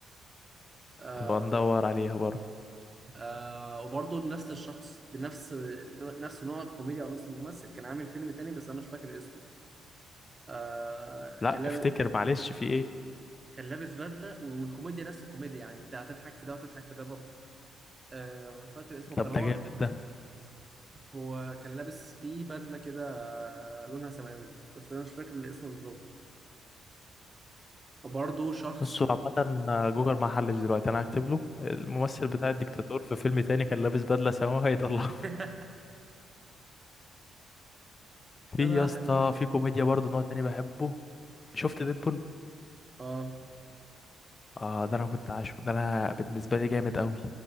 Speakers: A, on the right; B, on the left.
A: آه
B: نبقى ندور عليها برضه
A: آه وبرضه نفس الشخص بنفس نفس نوع الكوميديا او نفس الممثل كان عامل فيلم تاني بس انا مش فاكر اسمه آه
B: لا
A: كان لابس
B: افتكر معلش في ايه
A: كان لابس بدله والكوميديا نفس الكوميديا يعني انت هتضحك في ده وهتضحك في ده برضه آه مش فاكر اسمه
B: طب
A: كان
B: ده
A: هو
B: جامد ده
A: هو كان لابس فيه بدله كده آه لونها سماوي بس انا مش فاكر الاسم بالظبط وبرضه شخص
B: بصوا عامة جوجل ما حلش دلوقتي انا هكتب له الممثل بتاع الديكتاتور في فيلم تاني كان لابس بدلة سماوي هيطلع
A: <laughs>
B: في
A: بدله
B: يا اسطى
A: حلوه يعني
B: في كوميديا برضه نوع تاني بحبه شفت ديدبول
A: اه
B: اه ده انا كنت عاشقه ده انا بالنسبه لي جامد قوي